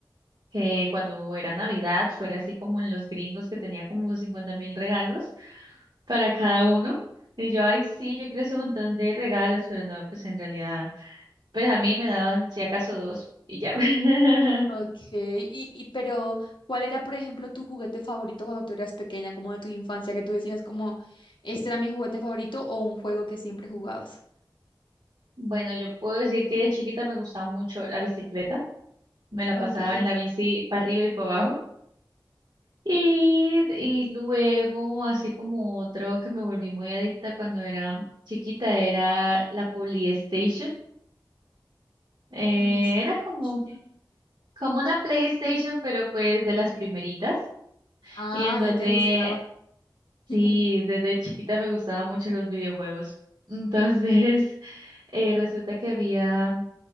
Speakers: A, on the right (about 65°); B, on the left (about 80°).
A: que cuando era Navidad fuera así como en los gringos que tenía como cincuenta mil regalos para cada uno. Y yo, ay, sí, yo quiero ese montón de regalos, pero no, pues en realidad, pues a mí me daban si acaso dos y ya. <laughs>
B: Ok, y, y pero ¿cuál era, por ejemplo, tu juguete favorito cuando tú eras pequeña, como de tu infancia, que tú decías como, este era mi juguete favorito o un juego que siempre jugabas?
A: Bueno, yo puedo decir que de chiquita me gustaba mucho la bicicleta, me la
B: Ok.
A: pasaba en la bici para arriba y para abajo. Y, y luego, así como otro que me volví muy adicta cuando era chiquita, era la Polystation. Eh,
B: PlayStation.
A: era como como una PlayStation, pero pues de las primeritas,
B: Ah,
A: y en donde
B: ya te gustaba.
A: sí,
B: <laughs>
A: desde chiquita me gustaban mucho los videojuegos. Entonces, <laughs> eh, resulta que había